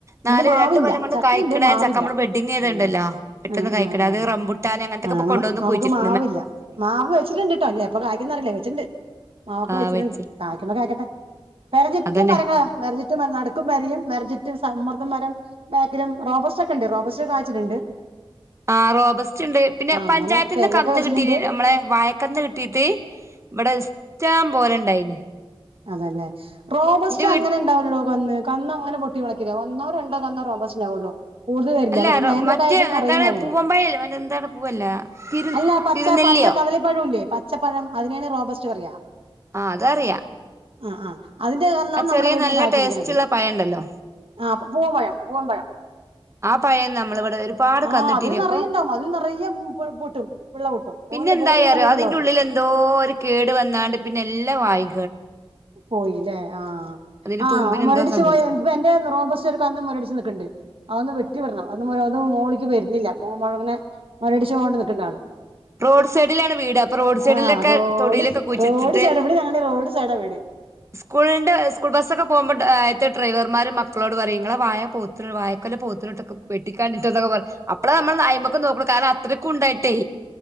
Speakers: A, on the right; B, on the right.
A: നമുക്ക്
B: നാല്
A: മാവില്ല
B: രണ്ട് കൊല്ലം കൊണ്ട്
A: ചക്കയുണ്ട്
B: കായ്ക്കണ
A: മാവില്ല
B: ചക്ക നമ്മള് ബഡിങ് ചെയ്തുണ്ടല്ലോ
A: ആഹ്
B: പെട്ടെന്ന്
A: ആഹ്
B: കായ്
A: ആഹ്
B: കഴിക്കട അത് റമ്പൂട്ടാന് അങ്ങത്തൊക്കെ
A: ആഹ്
B: ഇപ്പൊ കൊണ്ട്ന്ന്
A: ആഹ് നമുക്ക്
B: കുഴിച്ചിട്ട്
A: മാവില്ല മാവ് വെച്ചിട്ടുണ്ട്ട്ടോ ഇനി എപ്പ കായ്ക്കൂന്നറിയില്ല വെച്ചിട്ട്ണ്ട് മാവൊക്കെ
B: ആഹ്
A: വെച്ചിട്ടുണ്ട്
B: വെച്ച്
A: കായ്ക്കണേ കായ്ക്കട്ടെ വെറേചുറ്റും
B: അതന്നെ
A: മരങ്ങളാ വേറെചുറ്റും മരാ മെർജിറ്റും സമ്മർദ്ദം മരം ബിലും റോബസ്റ്റാ ഒക്കെ ഉണ്ട് റോബസ്റ്റാ ഒക്കെ കായിച്ചിട്ടുണ്ട്
B: ആ റോബസ്റ്റ് ഉണ്ട് പിന്നെ പഞ്ചായത്തിന്ന്
A: അങ്ങനെ തെങ്ങൊക്കെ
B: കന്ന്
A: വെച്ചിട്ടുണ്ട്
B: കിട്ടീന് നമ്മളെ വായ കന്ന് കിട്ടീട്ട് ഇവിടെ ഇഷ്ടം പോലുണ്ടായിന്
A: അതേല്ലേ റോബസ്റ്റാ
B: വീട്ട്
A: അങ്ങനെ ഉണ്ടാവലെടോ കന്ന് കന്ന് അങ്ങനെ പൊ ട്ടിമുളക്കില്ല ഒന്നോ രണ്ടോന്നോ റോബസ്റ്റാ ഉള്ളൂ കൂടുതൽ വരില്ല
B: അല്ല
A: പക്ഷെ നേന്ത്ര
B: മറ്റേ
A: കായൊക്കെ നിറയെ
B: എന്താണ്
A: മാതിരിയാ
B: പൂവമ്പഴല്ലേ മറ്റേ എന്താണ് പൂവല്ല തിരു
A: അല്ല പച്ച
B: തിരുനെല്ലിയോ
A: പ ച്ച കതലിപ്പഴോല്ലേ പച്ചപ്പഴം അതിനേയാണ് റോബസ്റ്റാ പറയാ
B: ആ അതറിയ
A: ആ ആ അതിന്റെ അന്നാണ് നമ്മുടെ
B: ചെറിയ
A: വീട്ടില്
B: നല്ല
A: കായ്ച്ചിരിക്കുന്നത്
B: ടേസ്റ്റ് ഉള്ള പഴണ്ടല്ലോ
A: ആ പൂവം പഴം പൂവൻ പഴം
B: ആ പഴം നമ്മളിവിടെ ഒരുപാട്
A: ആഹ്
B: കന്നിട്ടീന്
A: അതില് നിറയണ്ടാവും
B: അപ്പൊ
A: അതിൽ നിറയ പൊട്ടും പിള്ള പൊട്ടും പൂവനില്
B: പിന്നെ എന്തായ
A: പൂവനില്
B: അറിയോ
A: നിറയെ പിള്ള
B: അതിന്റെ
A: പൊട്ടും
B: ഉള്ളിൽ എന്തോ ഒരു കേട് വന്നാണ്ട് പിന്നെ എല്ലാം വാഴി
A: പോയില്ലേ ആഹ്
B: അതിന്റെ
A: ആഹ്
B: തൂമ്പിന്
A: മുരടിച്ചു
B: എന്തോ സംഭവിച്ചു
A: പോയ എന്റെ റോബസ്ർക്ക് അന്ന് മുരടിച്ചച്ച് നിക്കണ്ട് അതൊന്ന് വെട്ടി വിടണം അതും മോളിക്ക് വരുന്നില്ലോഴങ്ങനെ മരടിച്ചു കൊണ്ട് നിൽക്ക് ണ്ട് ആള്
B: റോഡ് സൈഡിലാണ് വീട് അപ്പൊ റോഡ് സൈഡിലൊക്കെ
A: ആ റോഡ്
B: തൊടിയിലൊക്കെ കുഴിച്ചിട്ടിട്ട്
A: റോഡ് സൈഡ് എവിടെ ഞങ്ങളുടെ റോഡ് സൈഡ് എവി <unintelligible>
B: സ്കൂളിൻ്റെ സ്കൂൾ ബസൊക്കെ പോകുമ്പോൾ അദിത്തെ ഡ്രൈവർമാർ മക്കളോട് പറയയും ങ്ങളെ വയ പോ വായക്കുല പോത്തി വെട്ടിക്കാണ്ടിട്ടന്നൊക്കെ പറിം അപ്പളെ നമ്മള് അയ്മക്കെ നോക്കണ കാരണം അത്രക്കും ഉണ്ടായിട്ടേ